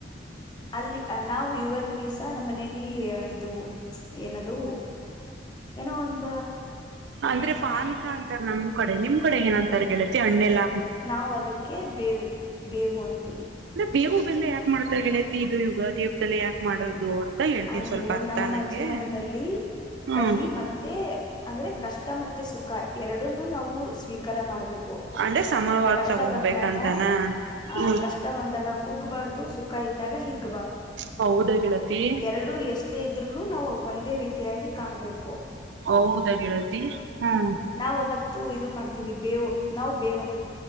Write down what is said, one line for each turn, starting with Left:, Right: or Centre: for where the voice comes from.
Left: ಅಲ್ಲಿ ನಾವು ಯುಗಾದಿ ದಿವ್ಸ ನಮ್ಮ ಮನೇೆಯಲ್ಲಿ ಇದು ಏನದು ಏನೋ ಒಂದು
Right: ಅಂದ್ರೆ ಪಾನ್ಕ ಅಂತಾರ ನಮ್ ಕಡೆ ನಿಮ್ ಕಡೆ ಏನಂತ ಅಣ್ಣೆಲ್ಲ
Left: ನಾವವು ಅದಕ್ಕೆ ಬೇವು ಬೇವು ಅಂತೀವಿ
Right: ದೇವು ಬೆಲ್ಲ ಯಾಕಕ್ ಮಾಡುತ್ತತಾ ಳತಿ ಇದು ಈವಗ ದೇವಲ್ಲ ಯಾಕೆ ಮಾಡೋದು ಅಂತ ಹೇಳ್ತೀವಿ
Left: ಅಂದ್ರೆ
Right: ಸ್ವಲ್ಪ ಅರ್ಥ
Left: ನಮ್ಮ
Right: ನಂಗೆ
Left: ಜೀವನದಲ್ಲಿ
Right: ಹ್ಮ್
Left: ಕಹಿ ಮತ್ತೆ ಅಂದ್ರೆ ಕಷ್ಟ ಮತ್ತೆ ಸುಖ ಎರಡನ್ನು ನಾವು ಸ್ವೀಕಾರ ಮಾಡ್ಬೇಕು
Right: ಅಂದ್ರೆ ಸಮವಾಗ್
Left: ಕಷ್ಟ
Right: ತಗೋಗ್ಬೇಕಂತಾನ
Left: ಬಂದಾಗ ಆ
Right: ಹ್ಮ್
Left: ಕಷ್ಟ ಬಂದಾಗ ಕುಗ್ಬಾರ್ದು ಸುಖ ಇದ್ದಾಗ ಹಿಗ್
Right: ಹೌದ ಿಳತಿ
Left: ಎರಡು ಎಷ್ಟೇ ಇದ್ರು ನಾವು ಒಂದೇ ರೀತಿಯಾಗಿ ಕಾಣಬೇಕು
Right: ಹೌದಾ
Left: ಹಾ
Right: ಗೆಳತಿ ಹ್ಮ್
Left: ನಾವ ಅವತ್ತು ಇದು ಮಾಡ್ತೀವಿ ಬೇವು ನಾವು ಬೇವಂ..